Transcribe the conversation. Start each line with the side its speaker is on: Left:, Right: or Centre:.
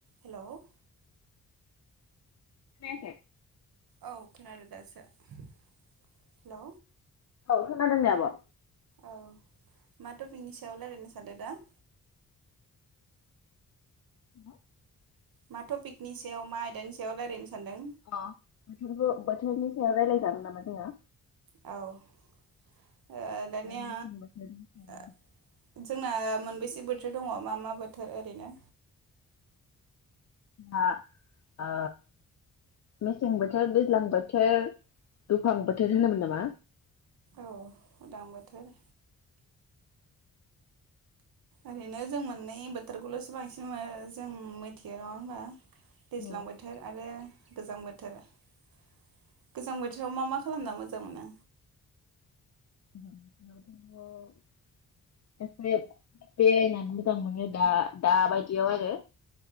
Right: हेलौ
Left: खोनायाखै
Right: औ खोनदों दासो हेलौ
Left: औ खोनादों दे आब'। अ
Right: औ मा टफिकनि सायाव रायलायनो सान <unintelligible>
Left: <unintelligible>
Right: मा टपिकनि सायाव मा आयदानि सायाव रायलायनो सानदों?
Left: अ बोथोरबो बोथोरनि सायाव रायलायजागोन नामा जोङो
Right: औ ओ दानिया
Left: मेसें बोथोरनि सायाव
Right: ओ जोंना मोनबेैसे बोथ थोर दङ मा मा बोथोर ओरैनो
Left: ओ मेसें बोथोर दैज्लां बोथोर दुफां बोथोर होनोमोन नामा।
Right: औ उदां बोथोर ओरैनो जों मोननै बोथोरखौल'सो बांसिन मो जों मिथियो नङा होमबा। दैज्लां
Left: औ
Right: बोथोर आरो गोजां बोथोर गोजां बोथोर बोथोराव मा मा खालामना मोजां मोनो
Left: गोजां बोथोरावथ' एसे बेरायनानै मोजां मोनो दा दाबायदियाव आरो